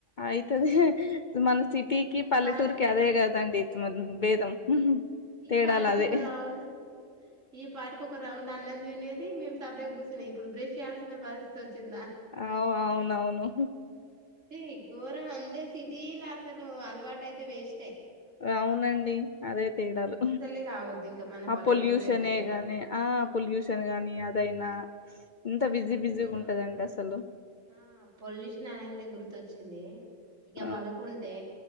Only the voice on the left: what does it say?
ఆయితుద మన సిటీకిి
పల్లె
<unintelligible> <unintelligible> దాం భేదం
తేడాలు
అదే
అవు అవునవును
అవునండి అదే తేడాలు
ఆ
పొల్యూషనే
గాని ఆ పొల్యూషన్ గానీ అదైనా ఎంత బిజీ బిజీగా
ఉంటదండి అసలు
ఆ